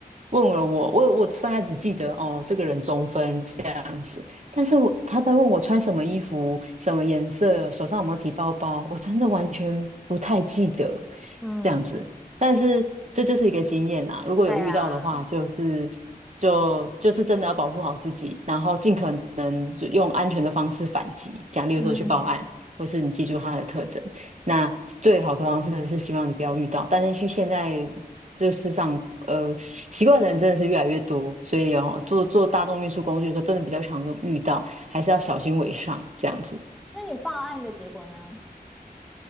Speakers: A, on the right; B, in the centre.
A: 问了我，我我大概只记得哦，这个人中分这样子，但是我他在问我穿什么衣服、什么颜色、手上有没有提包包，我真的完全不太记得
B: 嗯，
A: 这样子。但是这就是一个经验啦，如果有遇到的话，
B: 对啊，
A: 就是。就就是真的要保护好自己，然后尽可能就用安全的方式反击，讲例如说去报案，
B: 嗯，
A: 或是你记住他的特征。那最好的方式是希望你不要遇到，但是去现在这世上，呃，奇怪的人真的是越来越多，所以哦，坐坐大众运输工具的时候，真的比较常用遇到，还是要小心为上这样子。
B: 那你报案的结果呢？